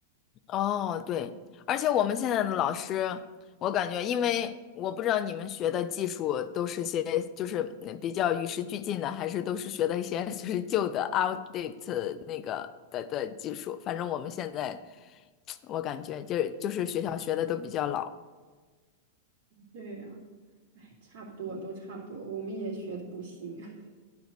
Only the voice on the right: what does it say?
对呀，哎，差不多都差不多，
我们也学的不行。<laughs>